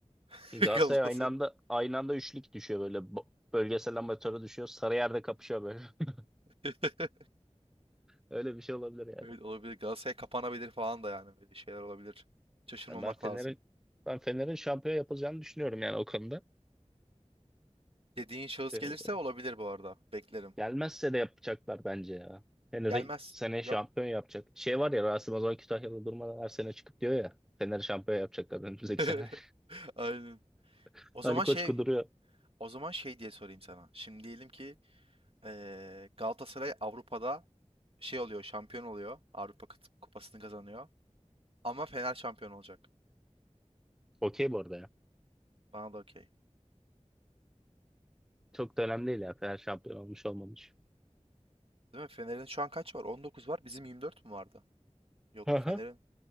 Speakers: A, on the right (about 50°); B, in the centre.
A: <laughs>
B: Galatasaray
A: Galatasaray.
B: aynı anda aynı anda üçlük düşüyor böyle Bo- bölgesel amatöre düşüyor. Sarıyer'de kapışıyor böyle. <laughs>
A: <laughs>
B: Öyle bir şey olabilir yani.
A: Evet olabilir. Galatasaray kapanabilir falan da yani. Öyle şeyler olabilir. Şaşırmamak
B: Yani ben Fener'e
A: lazım.
B: ben Fener'in şampiyon yapılacağını düşünüyorum yani o konuda.
A: Dediğin şahıs
B: Ee,
A: gelirse olabilir bu arada. Beklerim.
B: gelmezse de yapacaklar bence ya. Fener'i
A: Gelmez.
B: seneye
A: Yok.
B: şampiyon yapacak. Şey var ya Rasim Ozan Kütahyalı durmadan her sene çıkıp diyor ya. Fener şampiyon yapacaklar önümüzdeki
A: <laughs>
B: sene.
A: Aynen.
B: <laughs>
A: O zaman
B: Ali Koç
A: şey,
B: kuduruyor.
A: o zaman şey diye sorayım sana. Şimdi diyelim ki Ee, Galatasaray Avrupa'da şey oluyor, şampiyon oluyor. Avrupa Kıt- Kupası'nı kazanıyor. Ama Fener şampiyon olacak.
B: Okey bu arada ya.
A: Bana da okey.
B: Çok da önemli değil ya. Fener şampiyon olmuş olmamış.
A: Değil mi? Fener'in şu an kaç var? 19 var. Bizim 24 mü vardı? Yok
B: Hı hı.
A: Fener'in